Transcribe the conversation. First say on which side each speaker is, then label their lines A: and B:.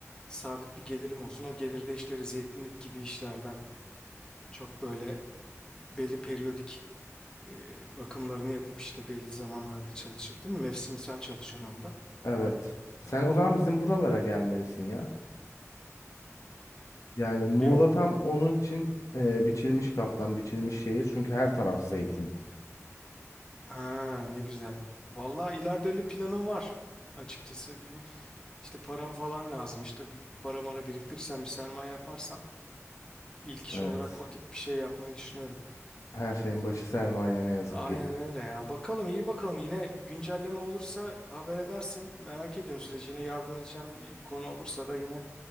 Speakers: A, on the left (about 15°); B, on the left (about 80°).
A: sabit bir gelirim olsun. O gelir de işte öyle zeytinlik gibi işlerden çok böyle belli periyodik e, bakımlarını yapıp işte belli zamanlarda çalışıp değil mi? Mevsimsel çalışıyorum onda.
B: Evet. Sen
A: E,
B: o zaman bizim buralara gelmelisin ya. Yani Muğla
A: bir o-
B: tam onun için e, biçilmiş kaftan, biçilmiş şehir. Çünkü her taraf zeytin.
A: Ha, ne güzel. Vallahi ileride öyle planım var açıkçası. İşte param falan lazım. İşte bir para mara biriktirirsem bir sermaye yaparsam ilk iş
B: Evet.
A: olarak o tip bir şey yapmayı düşünüyorum.
B: Her şeyin başı sermaye ne yazık
A: Aynen
B: ki.
A: öyle ya. Bakalım iyi bakalım. Yine güncelleme olursa haber edersin. Merak ediyorum süreci. Yine yardım edeceğim bir konu olursa da yine